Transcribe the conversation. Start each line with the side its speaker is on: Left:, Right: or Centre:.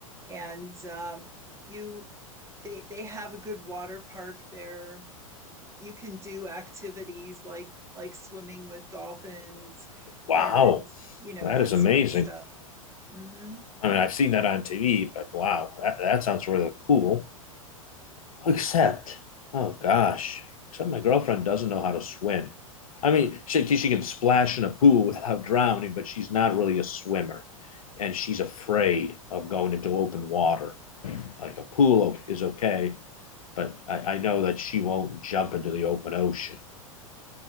Right: and um, you they they have a good water park there. You can do activities like like swimming with dolphins,
Left: wow
Right: and you know
Left: that
Right: that
Left: is amazing
Right: sort of stuff. Mm-hmm.
Left: i mean i've seen that on tv but wow that, that sounds really cool Except, oh gosh, except my girlfriend doesn't know how to swim. I mean, she, she can splash in a pool <laughs> without drowning, but she's not really a swimmer. And she's afraid of going into open water. Like a pool is okay, but I, I know that she won't jump into the open ocean.